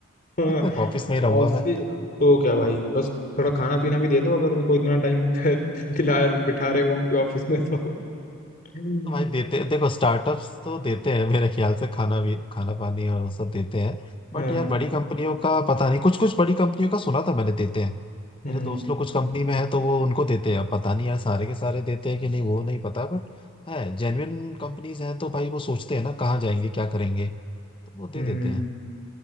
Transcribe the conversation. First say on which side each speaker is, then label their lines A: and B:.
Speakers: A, on the left; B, on the left.
A: है
B: हाँ
A: <laughs> ऑफिस में ही रहूंगा
B: ऑफिस
A: मैं
B: तो क्या भाई बस थोड़ा खाना पीना भी दे दो अगर मेरे को इतना टाइम <laughs> दिला बिठा रहे हो वहाँ पे ऑफिस में तो हम्म
A: तो भाई देते देखो स्टार्टअप्स तो देते हैं मेरे ख्याल से खाना भी खाना पानी और वो सब देते हैं
B: हाँ,
A: बट यार बड़ी कंपनियों का पता नहीं कुछ कुछ बड़ी कंपनियों का सुना था मैंने देते हैं
B: हम्म
A: मेरे दोस्त लोग कुछ कंपनी में है तो वो उनको देते हैं अब पता नहीं यार सारे के सारे देते हैं कि नहीं वो नहीं पता बट है जेन्युइन कंपनीज हैं तो भाई वो सोचते हैं ना कहाँ जाएंगे क्या करेंगे तो वो दे
B: हम्म
A: देते हैं